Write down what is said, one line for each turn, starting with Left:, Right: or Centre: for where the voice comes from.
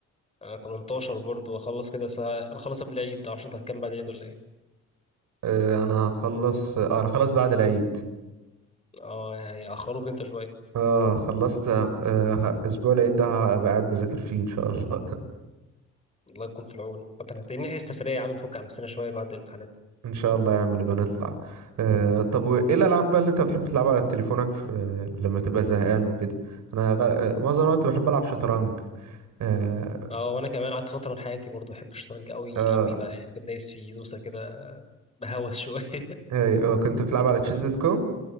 Left: انا 18 برضه واخلص كده بس انا خلص قبل العيد عشان انت هتكمل بعد العيد ولا ايه
Right: آه، انا هخلص آه، انا خلص بعد العيد
Left: اه يعني هيأخروك انت شويه
Right: اه خلصت آه، ه- اسبوع العيد ده هبقى قاعد بذاكر فيه ان شاء الله
Left: الله يكون في العون طب هتحتاجين نحجز سفريه يا عم نفك على نفسنا شويه بعد الامتحانات دي
Right: <laughs> ان شاء الله يا عم نبقى نطلع آه طب وايه الالعاب بقى اللي انت بتحب تلعبها على تليفونك في... لما تبقى زهقان وكده انا غ... آه، معظم الوقت بحب العب شطرنج اه
Left: اه وانا كمان قعدت فتره من حياتي برضه بحب الشطرنج قوي
Right: اه
Left: قوي بقى يعني كنت دايس في دوسه كده بهوس <laughs> شويه
Right: اي اه كنت بتلعب على تشيز دوت كوم